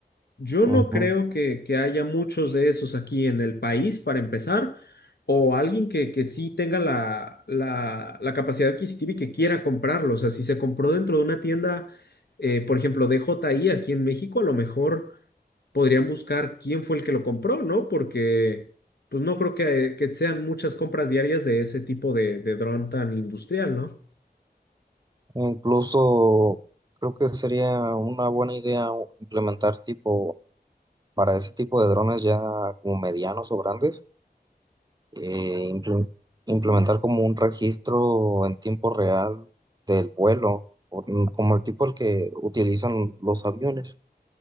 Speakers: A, on the left (about 75°); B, on the right (about 25°).
A: Yo
B: Ujú.
A: no creo que, que haya muchos de esos aquí en el país para empezar, o alguien que, que sí tenga la, la, la capacidad adquisitiva y que quiera comprarlo. O sea, si se compró dentro de una tienda, eh, por ejemplo, DJI aquí en México, a lo mejor podrían buscar quién fue el que lo compró, ¿no? Porque pues no creo que, que sean muchas compras diarias de ese tipo de, de dron tan industrial, ¿no?
B: E Incluso creo que sería una buena idea implementar tipo, para ese tipo de drones ya como medianos o grandes, eh, imple- implementar como un registro en tiempo real del vuelo, o- mm, como el tipo el que utilizan los aviones.